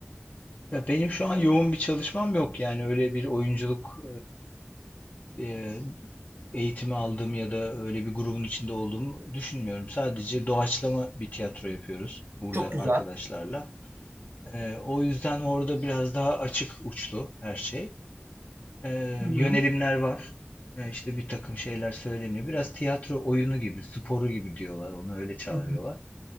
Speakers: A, on the left (about 40°); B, on the right (about 65°).
A: Ya Benim şu an yoğun bir çalışmam yok yani öyle bir oyunculuk e, e, eğitimi aldığım ya da öyle bir grubun içinde olduğumu düşünmüyorum. Sadece doğaçlama bir tiyatro yapıyoruz burada
B: Çok güzel.
A: arkadaşlarla. Ee, o yüzden orada biraz daha açık uçlu her şey. e,
B: Hı hı.
A: yönelimler var. E, işte bir takım şeyler söyleniyor. Biraz tiyatro oyunu gibi, sporu gibi diyorlar. Onu öyle çağırıyorlar.
B: Hı hı.